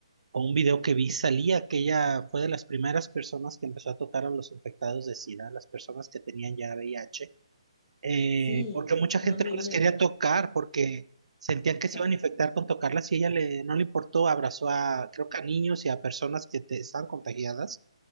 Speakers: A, on the right; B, on the left.
A: o un video que vi salía que ella fue de las primeras personas que empezó a tocar a los infectados de SIDA, las personas que tenían ya VIH eh,
B: Sí,
A: porque mucha gente
B: no tuvo
A: no les
B: miedo,
A: quería tocar porque sentían
B: exacto,
A: que se iban a infectar con tocarlas y ella le, no le importó, abrazó a, creo que a niños y a personas que te- estaban contagiadas.